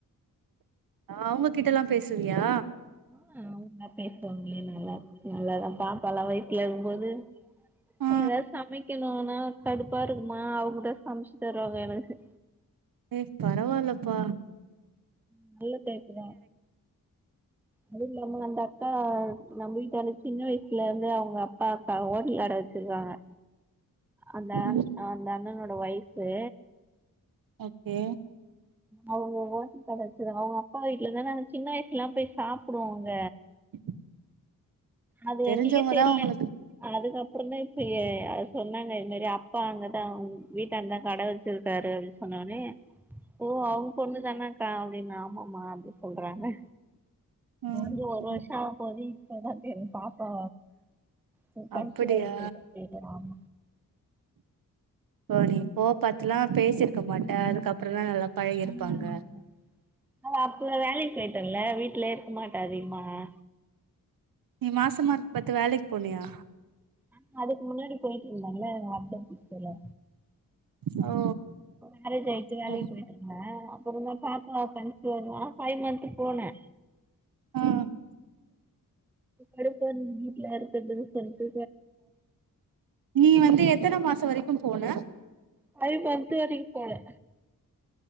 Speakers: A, on the right; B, in the centre.
A: ஆ அவுங்ககிட்ட எல்லா பேசுவியா?
B: ஆ அவுங்க பேசுவாங்களே நல்லா நல்லாதா பாப்பா எல்லா வயித்துல இருக்கும்போது
A: ஆ
B: எதாச்சு சமை க்கணுன்னா கடுப்பா இருக்குமா அவங்கதா சமைச்சு தருவாங்க எனக்கு
A: ஏ பரவால்லப்பா
B: ம் நல்ல டைப்புதா அது இல்லாம அந்த அக்கா நா போய் எனக் சின்ன வயசுல இருந்து அவங்க அப்பா அக்கா ஹோட்டலாடவச்சிருக்காங்க அந்த
A: ம்
B: அன அண்ணனோட ஒய்ஃபு
A: ஓகே
B: அவங்க ஓட்டல் கடைவச்சிருக்காங்க அவங்க அப்பா வீட்டுலதானே நாங்க சின்ன வயசுலா போய் சாப்புடுவோங்க
A: <inaudible>
B: அது
A: தெரிஞ்சவங்கதா
B: நீங்க தெர்ல
A: உங்களுக்கு
B: அதுக்கப் அப்புறதா இப்ப ஏ சொன்னாங்க இது மாரி அப்பா அங்கதா வீட்டாந்த கட வச்சிருக்காரு அப்டின்னு சொன்னா மே ஓ அவு பொண்ணு தனே ஃபேம்லின் ஆமாமா அப்டிபோது ஆமா
A: ம்
B: வந்து ஒரு
A: ம்
B: வருஷோ ஆ போது இப்ப தா எ பாப்பா <unintelligible>
A: அப்படியா போரி போ பத்துலா பேசிருக்க மாட் அ அதுக்கப்பறோ தா நல்லா பழகி இருப்பாங்க
B: ஆ ஆமா அவ அப்புள வேலைக்கு பொய்ட் ல்ல வீட்டுலயே இருக்க மாட்ட அதிகமாலா
A: நீ மாசமா இருக்கு பத் வேலைக் போனியா
B: ஆ அதுக்கு முன்னாடி போயிட்டு இருந்தாங்கள வர்த பிக்கல
A: ஓ
B: மேரேஜ் ஆயிட்டு வேலைக்கு
A: ஓ
B: போய்ட்டு இருந்தா ஒரு லைன் பாப்பா கன்சிவா இருந்தா ஃபைவ் மந்த்து போனே
A: ஆ
B: கடுபா நீ வீத்ல இருக்குது சொல்ட்டு
A: நீ வந்து எத்தன மாசோ வரைக் கு போன
B: ஃபைவ்மந்து வரைக் போனே